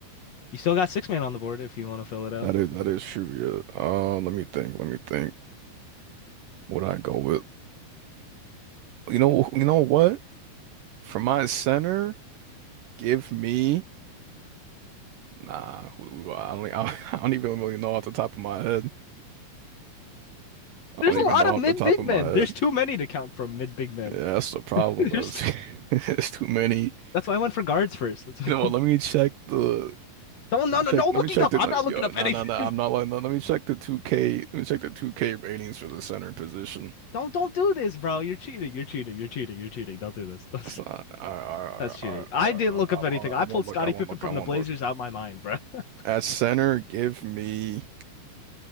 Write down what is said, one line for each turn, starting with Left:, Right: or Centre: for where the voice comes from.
Left: You still got six man on the board if you want to fill it out.
Right: That
Left: but,
Right: is
Left: you
Right: that
Left: know.
Right: is true. Yeah. Uh, let me think. Let me think. What I go with? You know. You know what? For my center, give me. Nah, who, who do I, I don't, e, <laughs> I don't even really know off the top of my head. I
Left: There's
Right: don't
Left: a
Right: even
Left: lot
Right: know
Left: of
Right: off
Left: mid
Right: the top
Left: big
Right: of
Left: men.
Right: my head.
Left: There's too many to count from mid big men.
Right: Yeah, that's the problem
Left: <laughs> There's
Right: though. It's,
Left: t-
Right: <laughs> it's too many.
Left: That's why I went for guards first. That's why...
Right: You know what? Let
Left: <laughs>
Right: me check the.
Left: Don't no
Right: Let me
Left: no
Right: check.
Left: no
Right: Let
Left: looking
Right: me check
Left: up.
Right: the.
Left: I'm
Right: Let
Left: not
Right: me.
Left: looking
Right: Yo,
Left: up
Right: no,
Left: anything.
Right: no, no. I'm not like. No, let me check the 2K. Let me check the 2K ratings for the center position.
Left: <laughs> Don't don't do this, bro. You're cheating. You're cheating. You're cheating. You're cheating. Don't do this. Don't do
Right: That's not. All right, all right,
Left: That's cheating.
Right: all right,
Left: I
Right: all
Left: didn't
Right: right, all
Left: look
Right: right,
Left: up
Right: I'm-
Left: anything.
Right: all right,
Left: I
Right: I won't
Left: pulled Scottie
Right: look. I won't
Left: Pippen
Right: look.
Left: from
Right: I won't
Left: the Blazers
Right: look.
Left: out of my mind, bro. <laughs>
Right: At center, give me.